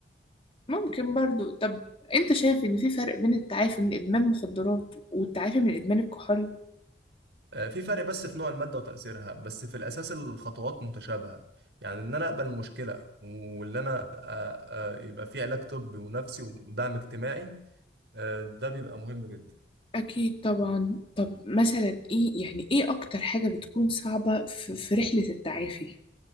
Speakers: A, on the left (about 30°); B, on the right (about 75°).
A: ممكن برضو طب أنت شايف إن في فرق بين التعافي من إدمان مخدرات والتعافي من إدمان الكحول؟
B: آه، في فرق بس في نوع المادة وتأثيرها بس في الأساس الخطوات متشابهة يعني إن أنا أقبل المشكلة واللي أنا آه، آه، يبقى في علاج طبي ونفسي ودعم اجتماعي آه، ده بيبقى مهم جدا
A: أكيد طبعا طب مثلا إيه يعني إيه أكتر حاجة بتكون صعبة في, في رحلة التعافي؟